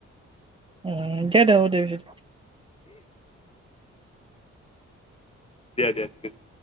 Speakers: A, on the right; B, on the left.
A: উম দে দে হ'ব দে পিছত
B: দিয়া দিয়া ঠিক আছে।